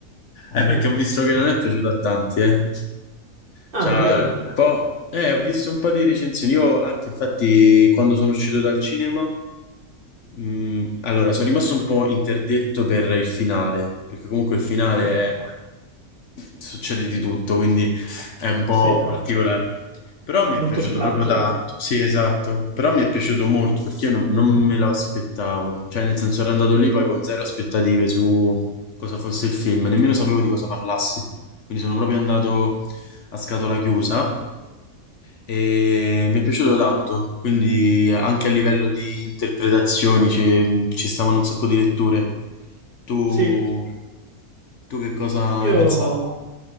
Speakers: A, on the left (about 60°); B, on the right (about 40°).
A: Eh, perché
B: Sì.
A: ho visto che non è piaciuto a tanti, eh.
B: Ah,
A: Cioè,
B: davvero?
A: un po'... Eh, ho visto un po' di recensioni. Io anche, infatti, quando sono uscito dal cinema. Mm, allora, sono rimasto un po' interdetto per il finale, perché comunque il finale
B: Ok.
A: è- succede di tutto, quindi è un po'
B: Sì,
A: particolare. Però mi è
B: molto
A: piaciuto
B: splatter.
A: proprio tanto. Sì, esatto. Però mi è piaciuto molto perché io non, non me lo aspettavo. Cioè, nel senso, ero andato lì poi con zero aspettative su cosa fosse il film, nemmeno sapevo di cosa parlassi. Quindi sono proprio andato a scatola chiusa e mi è piaciuto tanto, quindi anche a livello di interpretazioni ci, ci stavano un sacco di letture. Tu,
B: Sì,
A: tu che cosa
B: io...
A: hai pensato?